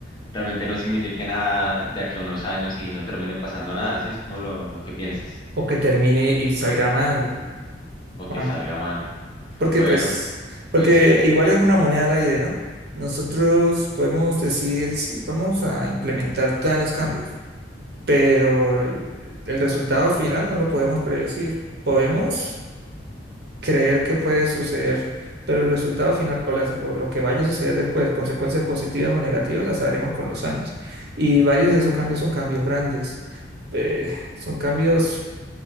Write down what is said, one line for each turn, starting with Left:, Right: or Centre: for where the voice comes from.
Left: realmente no signifique nada de aquí a unos años y no termine pasando nada, ¿sí? Es como lo, lo que piensas
Right: O que termine y salga mal,
Left: o
Right: Juanjo.
Left: que salga mal.
Right: Porque
Left: Bueno,
Right: pues, porque
Left: puede ser.
Right: igual es una moneda al aire, ¿no? Nosotros podemos decir, sí, vamos a implementar tales cambios, pero el resultado final no lo podemos predecir. Podemos creer que puede suceder, pero el resultado final o, las- o lo que vaya a suceder después, consecuencias positivas o negativas, las sabremos con los años. Y varios de esos cambios son cambios grandes, eh, son cambios